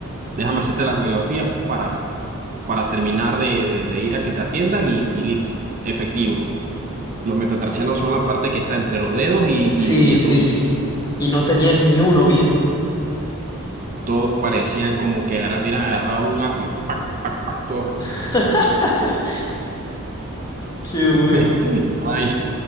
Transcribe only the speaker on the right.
déjame hacerte las radiografías para, para terminar de, de- de ir a que te atiendan y, y listo. Efectivo. Los metatarsianos son la parte que está entre los dedos y, y
y el
tobillo.
todos parecían como que agarra- hubieran agarrado un apio. Pac, pac, pac, todos.
<laughs> Estaba, yo